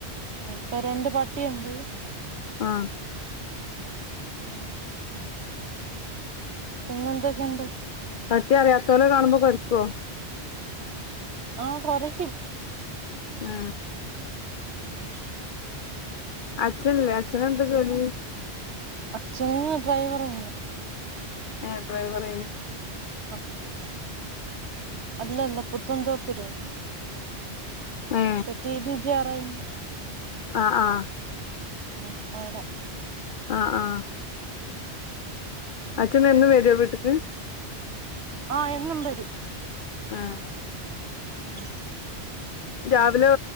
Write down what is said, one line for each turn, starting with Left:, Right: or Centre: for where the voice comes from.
Right: ഇപ്പ രണ്ട് പട്ടിയുണ്ട്
Left: ആഹ്
Right: ആഹ് പിന്നെ എന്തക്കെണ്ട്
Left: പട്ടി അറിയാത്തോലെ കാണുമ്പോ കടിക്കോ
Right: ആഹ് കൊരക്കും
Left: ആഹ്
Right: ആഹ്
Left: അച്ഛന്ല്ലേ അച്ഛനെന്താ ജോലി
Right: അച്ഛന് ഡ്രൈവറേന്ന്
Left: ഏഹ് ഡ്രൈവറേന്ന്
Right: ആഹ് ആഹ് അല്ല ല്ല പുത്തംന്തോപ്പില്ലേ
Left: ഏ
Right: മറ്റേ ടി വി <unintelligible>
Left: ആഹ് ആഹ്
Right: ആഹ് അവടെ
Left: ആഹ് ആഹ് അച്ഛൻ എന്നും വെരോ വീട്ട്ക്ക്
Right: ആഹ് എന്നും വരും
Left: ആഹ്
Right: ആഹ്
Left: രാവിലെ